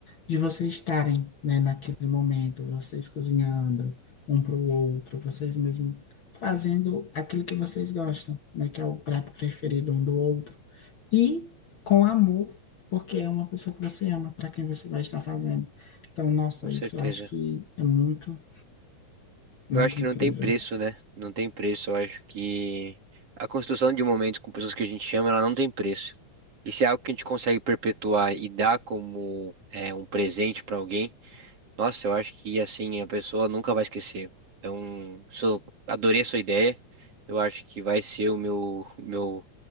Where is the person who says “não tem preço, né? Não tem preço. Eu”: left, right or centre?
Right